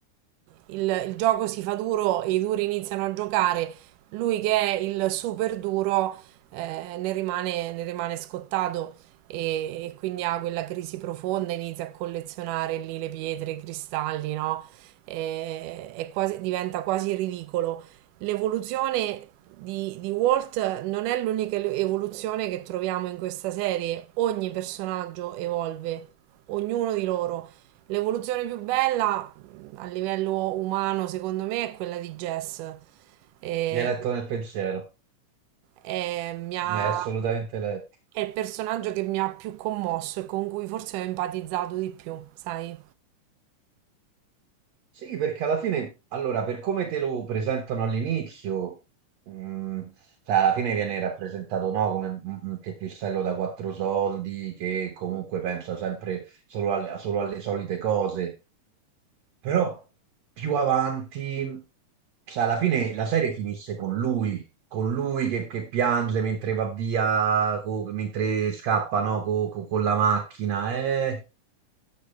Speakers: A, on the right; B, on the right.
A: il, il gioco si fa duro e i duri iniziano a giocare, lui che è il super duro eh, ne rimane, ne rimane scottato e, e quindi ha quella crisi profonda, inizia a collezionare lì le pietre, i cristalli, no? E, è quasi, diventa quasi ridicolo. L'evoluzione di, di Walt non è l'unica evoluzione che troviamo in questa serie, ogni personaggio evolve, ognuno di loro. L'evoluzione più bella a livello umano, secondo me, è quella di Jess. E,
B: Mi hai letto nel pensiero,
A: e mi ha-
B: mi hai assolutamente letto.
A: è il personaggio che mi ha più commosso e con cui forse ho empatizzato di più, sai?
B: Sì, perché alla fine, allora, per come te lo presentano all'inizio, mh, cioè, alla fine viene rappresentato no, come un un teppistello da quattro soldi che comunque pensa sempre solo, al- solo alle solite cose, però più avanti, cioè, alla fine la serie finisse con lui, con lui che, che piange mentre va via, co- mentre scappa no, co- co- con la macchina. eh.